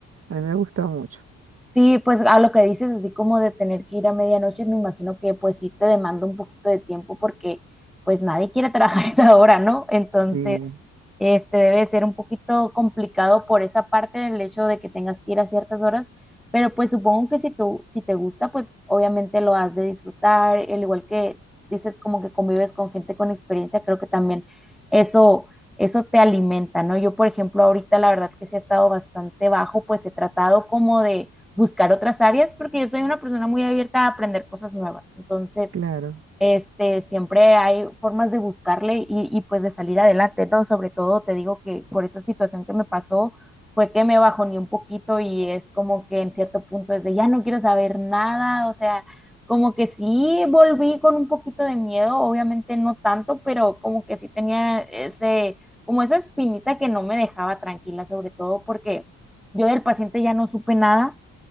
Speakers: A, on the right; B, in the centre.
A: mí me gusta mucho.
B: Sí, pues a lo que dices, así como de tener que ir a medianoche, me imagino que pues sí te demanda un poquito de tiempo porque pues nadie quiere trabajar <laughs> esa hora, ¿no? Entonces...
A: Sí,
B: Este debe ser un poquito complicado por esa parte del hecho de que tengas que ir a ciertas horas, pero pues supongo que si tú, si te gusta, pues obviamente lo has de disfrutar, al igual que dices como que convives con gente con experiencia, creo que también eso, eso te alimenta, ¿no? Yo, por ejemplo, ahorita la verdad que sí ha estado bastante bajo, pues he tratado como de buscar otras áreas porque yo soy una persona muy abierta a aprender cosas nuevas. Entonces,
A: claro,
B: este, siempre hay formas de buscarle y, y pues de salir adelante, ¿no? Sobre todo te digo que por esa situación que me pasó fue que me bajoneé un poquito y es como que en cierto punto es de ya no quiero saber nada, o sea, como que sí volví con un poquito de miedo, obviamente no tanto, pero como que sí tenía ese, como esa espinita que no me dejaba tranquila, sobre todo porque yo del paciente ya no supe nada